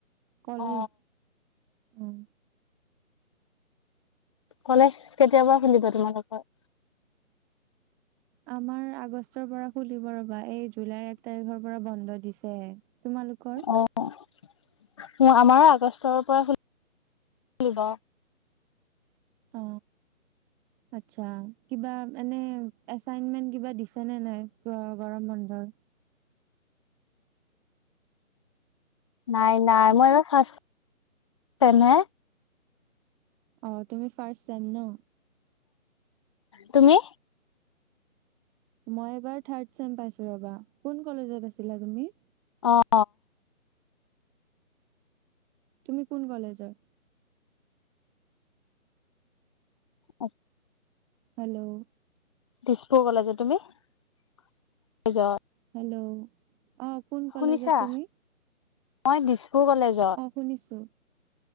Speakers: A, in the centre; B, on the left.
A: কলেত
B: অ
A: অ
B: কলেজ কেতিয়া পা খোলিব তোমালোকৰ।
A: আমাৰ আগষ্টৰ পৰা খুলিব ৰবা এই জুলাইৰ এক তাৰিখৰ পৰা বন্ধ দিছ- যে তোমালোকৰ।
B: অ আমাৰ আগষ্টৰ পৰা খুলিব।
A: অ আচ্ছা কিবা এনে এছাইনমেণ্ট কিবা দিছে নে নাই গ গৰম বন্ধৰ।
B: নাই নাই মই এইবাৰ ফাৰ্ষ্ট ছেম হে।
A: অ তুমি ফাৰ্ষ্ট ছেম ন।
B: তুমি
A: মই এবাৰ থাৰ্ড ছেম পাইছো ৰবা। কোন কলেজত আছিলা তুমি?
B: অ।
A: তুমি কোন কলেজৰ?
B: অক
A: হেল্ল'
B: দিছপুৰ কলেজত। তুমি? <unintelligible>
A: হেল্ল' অ কোন কলেজত
B: শুনিছা,
A: তুমি?
B: মই দিছপুৰ কলেজ।
A: অ শুনিছো,